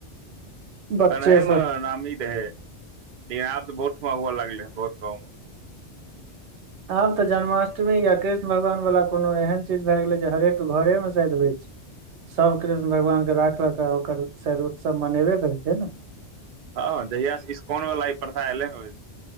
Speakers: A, on the right (about 55°); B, on the right (about 75°).
A: <inaudible>
B: बच्चे
A: कनहैए म
B: से
A: नामी रहै लेकिन आबत बहुठुमा हुअ लगलैह बहुत गाँव म
B: आब तऽ जन्माष्टमी या कृष्ण भगवान वाला कोनो एहन चीज भय गेले जे हरेक घरे म शायद होइ छै सभ कृष्ण भगवान के राखल कऽ ओकर शायद उत्सव मनेबे कर छै ने
A: हँ जहिया से इस्कॉन वाला ई प्रथा एले हैं